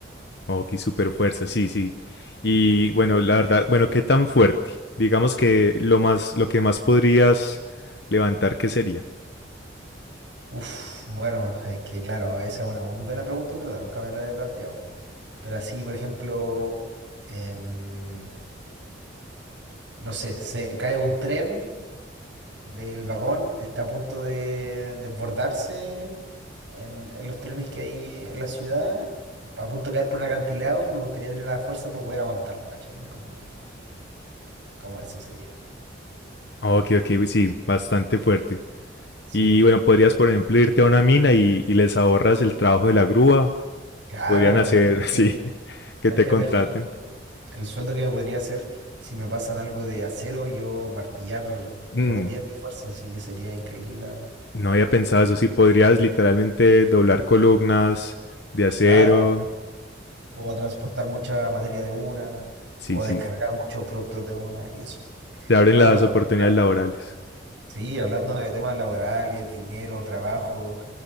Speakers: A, on the left; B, on the right.
A: Ok, super fuerza, sí, sí. Y bueno, la verdad, bueno, ¿qué tan fuerte? Digamos que lo más, lo que más podrías levantar, ¿qué sería?
B: Uf, bueno, es que claro, esa es una muy buena pregunta en verdad, nunca me la había planteado. Pero así, por ejemplo, em, no sé, se cae un tren del vagón, está a punto de desbordarse en, en los trenes que hay en la ciudad, a punto de caer por un acantilado y me gustaría tener la fuerza para poder aguantarlo, ¿cachai? Como, como eso sería.
A: Ok, ok, sí, bastante fuerte.
B: Sí,
A: Y bueno, podrías, por ejemplo, irte a una mina y, y les ahorras el trabajo de la grúa.
B: claro,
A: Podrían
B: imagínate,
A: hacer, <laughs> sí, que
B: imagínate
A: te contraten.
B: el sueño. El sueldo que me podría hacer si me pasan algo de acero y yo martillar
A: Mm,
B: por 10 de fuerza, así que sería increíble, la verdad.
A: no había pensado eso, sí, podrías literalmente doblar columnas de acero.
B: Claro, o transportar mucha materia de una,
A: Sí,
B: o
A: sí,
B: descargar muchos productos de una y eso.
A: te abren
B: Bueno,
A: las
B: hablando,
A: oportunidades
B: claro,
A: laborales.
B: sí, hablando de temas laborales, dinero, trabajo,